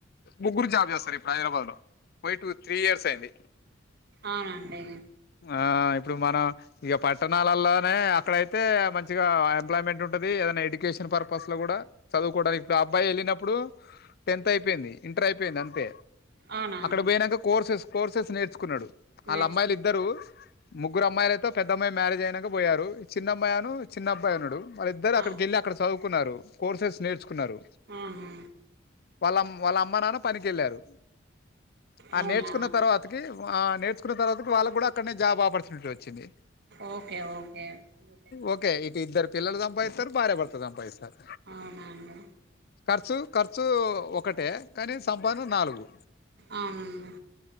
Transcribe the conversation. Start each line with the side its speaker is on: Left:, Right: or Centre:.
Left: ముగ్గురు జాబ్ చేస్తారు హైదరాబాద్లో పోయి టు త్రీ ఇయర్స్ అయింది.
Right: ఆవునండి
Left: ఆ ఇప్పుడు మన ఇగ పట్టణాలల్లోనే అక్కడయితే మంచిగా ఎంప్లాయ్మెంట్ ఉంటుది ఏదైనా ఎడ్యుకేషన్ పర్పస్ లో కూడా చదువుకోవడానికి ఇప్పుడు అబ్బాయి ఎళ్ళినప్పుడు టెన్త్ అయిపోయింది ఇంటర్ అయిపోయింది అంతే.
Right: అవునా
Left: అక్కడ పోయినాంక కోర్సెస్ కోర్సెస్ నేర్చుకున్నడు
Right: నేర్చుకున్నా
Left: ఆళ్ల అమ్మాయిలు ఇద్దరు ముగ్గురు అమ్మాయిలయి పెద్దమ్మాయి మ్యారేజ్ అయినంక పోయారు చిన్నమ్మాయను చిన్న అబ్బయున్నడు వాళ్లిద్దరూ అక్కడకెళ్లి
Right: అవును
Left: అక్కడ సదు కున్నారు కోర్సెస్ నేర్చుకున్నారూ,
Right: ఆహా
Left: వాళ్ళ వాళ్ళ అమ్మ నాన్న పనికెళ్ళారు. ఆ
Right: అవునా
Left: నేర్చుకున్న తర్వాతకి ఆ నేర్చుకున్న తర్వాత కి వాళ్ళ కూడా అక్కడనే జాబ్ ఆపర్చునిటీ వచ్ వచ్చింది.
Right: ఓకే ఓకే అవునండి
Left: ఓకే ఇక ఇద్దరు పిల్లలు సంపాదిత్తరు, భార్యాభర్తలు సంపాదిస్తరు.
Right: అవున అండి
Left: ఖర్చు ఖర్చు ఒకటే, కానీ సంపాదన నాలుగు.
Right: అవునండి,